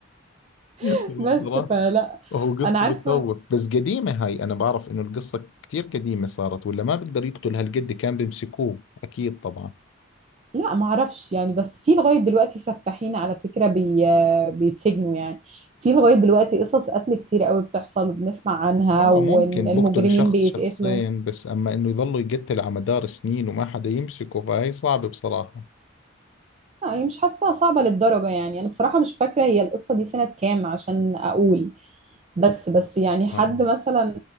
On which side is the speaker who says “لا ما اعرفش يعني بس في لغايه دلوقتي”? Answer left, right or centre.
Right